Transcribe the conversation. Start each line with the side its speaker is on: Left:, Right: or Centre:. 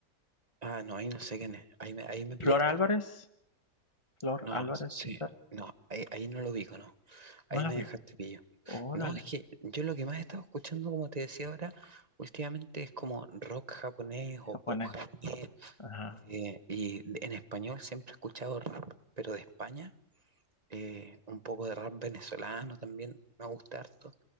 Right: Ah, no, ahí no sé quién es, ahí me, ahí me pillaste.
Left: Flor Álvarez, Flor
Right: No,
Left: Álvarez,
Right: sí,
Left: César,
Right: no, ahí, ahí no lo ubico, no,
Left: no
Right: ahí
Left: la
Right: me
Left: vi.
Right: dejaste pillo.
Left: Órale,
Right: No, es que yo lo que más he estado escuchando, como te decía ahora, últimamente es como rock japonés o
Left: japonés.
Right: pop japonés.
Left: Ajá.
Right: eh, y en español siempre he escuchado rap, pero de España, eh, un poco de rap venezolano también, me gusta harto.